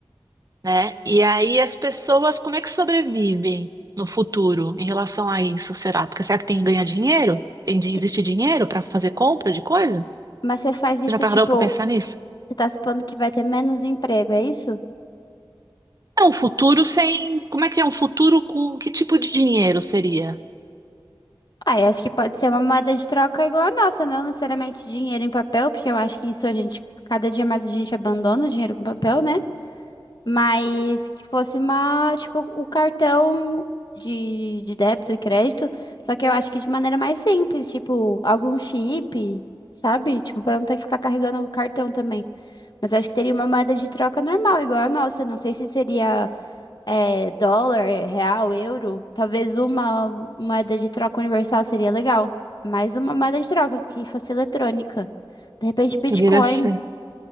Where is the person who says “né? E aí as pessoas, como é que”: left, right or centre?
Right